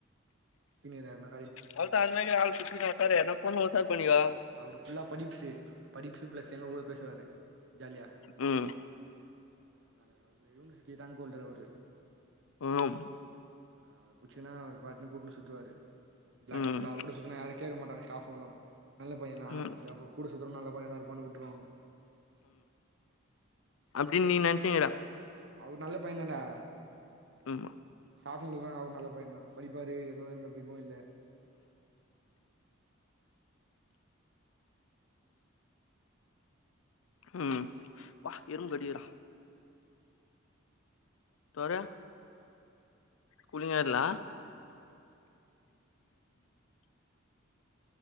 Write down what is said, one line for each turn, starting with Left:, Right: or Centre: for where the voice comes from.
Right: சீனியர் யார்னா
Left: அவ்ளதா அது மாரி ஆள் புட்சிகின்னு உக்காரு எதுனா பொண்ணு உஷார் பண்ணிகோ
Right: அவரு ஃபுல்லா படிப்ஸ்சு படிப்ஸ் பிளஸ் எங்க கூட பேசுவாரு ஜாலியா
Left: ம்
Right: அதனால வந்து யூனிவர்சிட்டி ரேங்க் ஹோல்டர் அவரு
Left: ம்
Right: அதா அவர புட்ச்சின்னா அவரு பாட்னு கூட்டுனு சுத்துவாரு ப்ளாக்
Left: ம்
Right: ஃபுல்லா அவரு கூட சுத்துனா யாரு கேக்கமாட்டங்க ஸ்டாஃப்ங்களு நல்ல பையனா
Left: ம்
Right: சேரி அப்ப கூட சுத்துறவனு நல்ல பையனாதா இருப்பான்னு வுட்டுருவாங்க
Left: அப்டினு நீ நெனச்சிங்ற
Right: அவரு நல்ல பையந்தாண்டா
Left: ஆமா
Right: ஸ்டாஃப்ங்களுக்கு அவரு நல்ல பையந்தா படிப்பாரு எதுவு எந்த இதுவு இல்ல
Left: ம் ப்பா எறும்பு கடிக்குதுடா தொற கூலிங்கா இல்ல